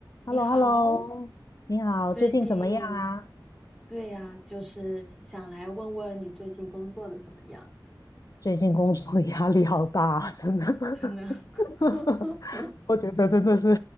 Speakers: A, in the centre; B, on the left (about 45°).
A: 你好，
B: h e l l o h e l l o 你好，
A: 最近，
B: 最近怎么样啊？
A: 对呀，就是想来问问你最近工作的怎么样？
B: 最近工作压力好大啊，真的。
A: 可能
B: <laughs>
A: <laughs>
B: 我觉得真的是，